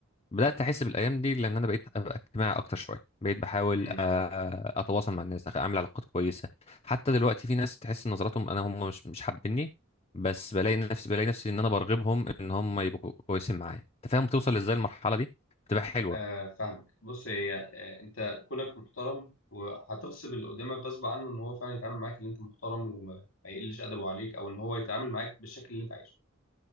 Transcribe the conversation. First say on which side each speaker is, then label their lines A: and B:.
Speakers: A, on the left; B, on the left.
A: بدات احس بالايام دي لان انا بقيت ابقى اجتماعي اكتر شويه بقيت بحاول
B: م.
A: آ... اتواصل مع الناس أخ- اعمل علاقات كويسه حتى دلوقتي في ناس تحس ان نظراتهم انا هم مش مش حابيني بس بلاقي نفسي بلاقي نفسي ان انا برغبهم ان هم يبقوا كويسين معايا انت فاهم بتوصل ازاي المرحله دي بتبقى حلوه
B: آه فاهمك بص هي آه انت كونك محترم وهتغصب اللي قدامك غصب عنه ان هو فعلا يتعامل معاك ان انت محترم وما ما يقلش ادبه عليك او ان هو يتعامل معاك بالشكل اللي انت عايزه